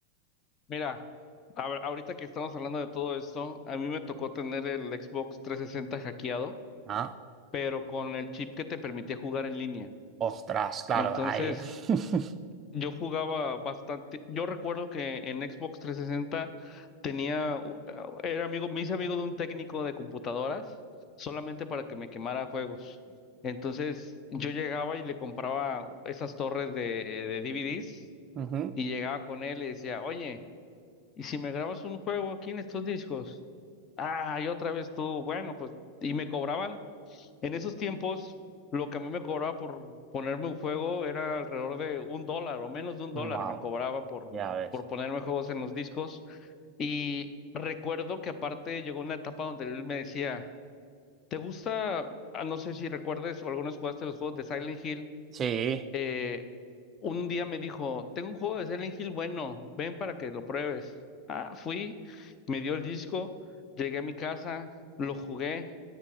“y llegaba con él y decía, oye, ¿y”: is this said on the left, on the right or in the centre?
Left